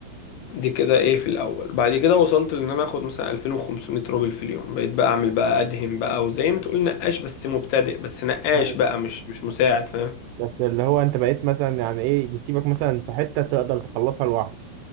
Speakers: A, on the left; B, on the right.
A: دي كده ايه في الاول بعد كده وصلت لان انا اخد مثلا 2500 روبل في اليوم بقيت بقى اعمل بقى ادهم بقى وزي ما تقول نقاش بس مبتدئ بس نقاش
B: آه.
A: بقى مش مش مساعد فاهم
B: بس اللي هو انت بقيت مثلا يعني ايه يسيبك مثلا في حته تقدر تخلصها لوحدك